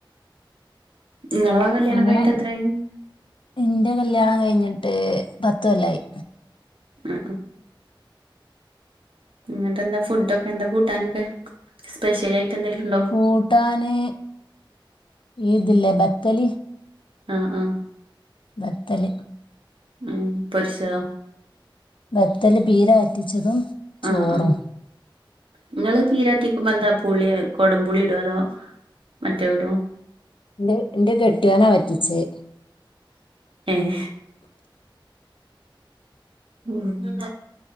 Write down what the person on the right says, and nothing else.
നിങ്ങളെ കല്യാണം
കഴിഞ്ഞിട്ട് എത്രായി
ആ എന്നിട്ടെന്താ ഫുഡൊക്കെ എന്ത കൂട്ടാനൊക്കെ? സ്പെഷ്യൽ ആയിട്ട് എന്തെങ്കിലും ഉണ്ടോ?
ആഹ ആഹ
ഉം പൊരിച്ചതോ?
ആഹ് ആഹ് നിങ്ങള് പീരാറ്റിക്കുമ്പ എന്താ പളി കൊടംപളി ഇട അതോ മറ്റേ ഇടോ
ഏഹ് ഉം